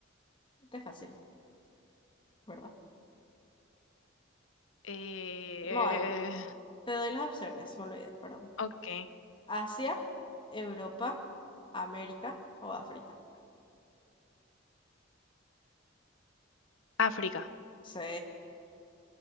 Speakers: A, on the left; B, on the left.
A: Este es fácil, ¿verdad?
B: Eh,
A: No, hay- te doy las opciones, me olvidé, perdón.
B: ok,
A: Asia, Europa, América o África.
B: África.
A: Sí,